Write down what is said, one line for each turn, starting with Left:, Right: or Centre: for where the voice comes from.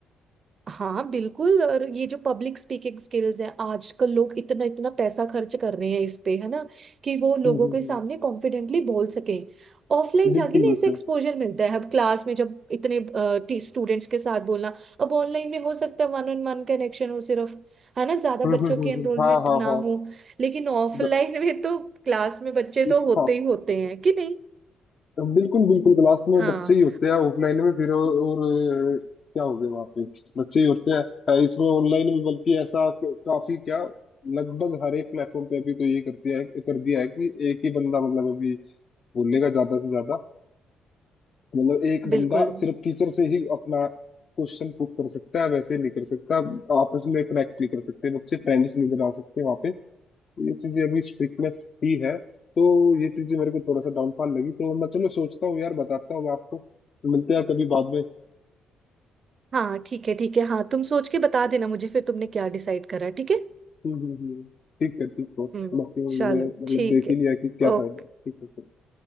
Right: हाँ बिल्कुल और ये जो पब्लिक स्पीकिंग स्किल्स हैं आजकल लोग इतना इतना पैसा खर्च कर रहे हैं इस पे है ना कि वो लोगों
Left: हम्म
Right: के
Left: हम्म
Right: सामने कॉन्फिडेंटली बोल सकें ऑफलाइन
Left: हम्म, बिल्कुल
Right: जाके ना
Left: बिल्कुल
Right: इसे एक्सपोजर मिलता है अब क्लास में जब इतने स्टूडेंट्स के साथ बोलना अब ऑनलाइन में हो सकता है वन ऑन वन कनेक्शन हो सिर्फ है ना ज्यादा
Left: हम्म हम्म
Right: बच्चों की
Left: हम्म
Right: एनरोलमेंट
Left: हम्म, हाँ हाँ
Right: ना
Left: हाँ
Right: हो लेकिन ऑफलाइन
Left: द-
Right: में तो क्लास में बच्चे तो
Left: हाँ
Right: होते ही होते हैं कि नहीं
Left: बिल्कुल बिल्कुल क्लास में
Right: हाँ
Left: बच्चे ही होते हैं ऑफलाइन में फिर और, और अ, क्या हो गया वहाँ पे बच्चे ही होते हैं अ, इसमें ऑनलाइन में बल्कि ऐसा तो काफी क्या लगभग हर एक प्लेटफॉर्म पे अभी तो ये करती है कर दिया है कि एक ही बंदा मतलब अभी बोलेगा ज्यादा से ज्यादा मतलब एक बंदा
Right: बिल्कुल
Left: सिर्फ टीचर से ही अपना क्वेश्चन पुट कर सकता है वैसे नहीं कर सकता आपस में कनेक्ट नहीं कर सकते बच्चे फ्रेंड्स नहीं बना सकते वहाँ पे तो ये चीजें अभी स्ट्रिक्टनेस ही है तो ये चीजें मेरे को थोड़ा सा डाउनफॉल लगी तो मैं चलो सोचता हूँ यार बताता हूँ आपको मिलते हैं कभी बाद में
Right: हाँ ठीक है ठीक है हाँ तुम सोच के बता देना मुझे फिर तुमने क्या डिसाइड करा ठीक है
Left: हम्म हम्म हम्म। ठीक है ठीक है
Right: हम्म
Left: बाकी मैंने
Right: चलो
Left: मतलब
Right: ठीक
Left: देख
Right: है
Left: ही लिया कि क्या
Right: ओके
Left: फायदा है। ठीक है चलो